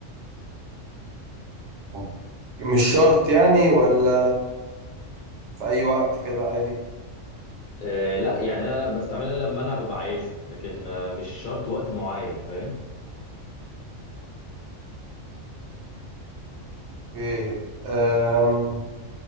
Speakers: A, on the right; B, on the left.
A: أوكي. مش شرط يعني ولا في أي وقت كده عادي
B: أه لا يعني أنا بستعملها لما أنا ببقى عايزها لكن آه، مش شرط وقت معين فاهم
A: اوكي أم